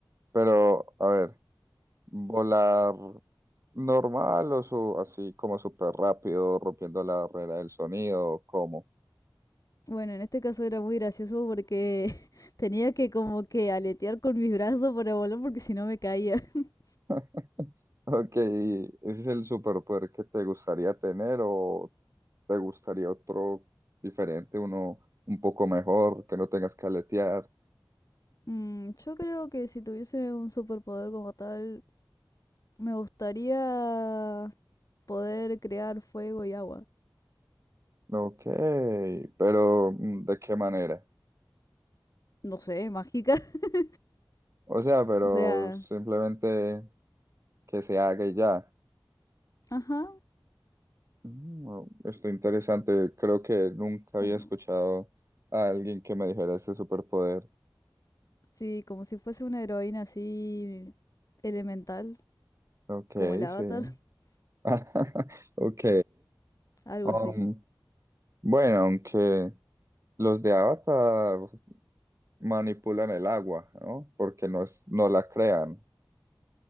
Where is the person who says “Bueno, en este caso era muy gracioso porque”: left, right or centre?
Left